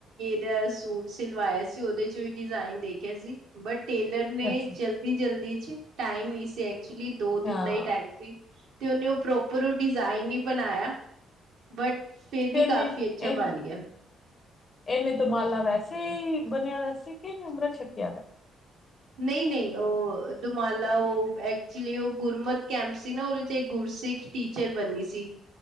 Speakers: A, on the right (about 80°); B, on the left (about 40°).
A: ਦਾ ਸੂਟ ਸਿਲਵਾਇਆ ਸੀ ਉਹਦੇ ਚ ਵੀ ਡਿਜ਼ਾਇਨ ਦੇਖਿਆ ਸੀ ਬਟ ਟੇਲਰ ਨੇ
B: ਅੱਛਾ
A: ਜਲਦੀ-ਜਲਦੀ ਚ ਟਾਈਮ ਨਹੀਂ ਸੀ ਐਕਚੁਲੀ ਦੋ
B: ਹਾਂ
A: ਦਿਨ ਦਾ ਹੀ ਟਾਈਮ ਸੀ। ਅਤੇ ਉਹਨੇ ਉਹ ਪ੍ਰੋਪਰ ਉਹ ਡਿਜ਼ਾਇਨ ਨਹੀਂ ਬਣਾਇਆ। ਬਟ ਫਿਰ ਵੀ
B: ਤੇ ਇਹਨੇ
A: ਕਾਫੀ ਅੱਛਾ
B: ਇਹ
A: ਬਣ ਗਿਆ।
B: ਇਹਨੇ ਦੁਮਾਲਾ ਵੈਸੇ ਹੀ ਬੰਨਿਆ ਹੋਇਆ ਸੀ ਕਿ ਅੰਮ੍ਰਿਤ ਛਕਿਆ ਦਾ?
A: ਨਹੀਂ-ਨਹੀਂ ਉਹ ਦੁਮਾਲਾ ਉਹ ਐਕਚੁਲੀ ਉਹ ਗੁਰਮਤ ਕੈਂਪ ਸੀ ਨਾ ਉਹਦੇ ਚ ਗੁਰ ਸਿੱਖ ਟੀਚਰ ਬਣਨੀ ਸੀ।